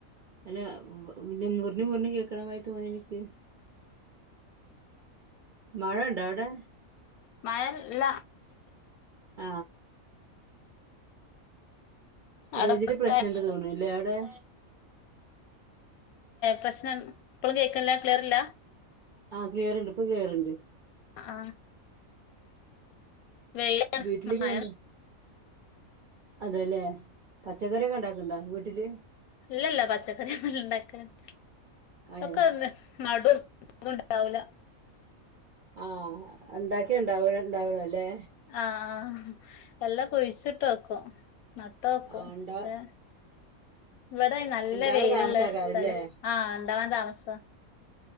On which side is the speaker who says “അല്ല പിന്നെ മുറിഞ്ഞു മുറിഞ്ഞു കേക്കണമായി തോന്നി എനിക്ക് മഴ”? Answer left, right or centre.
Right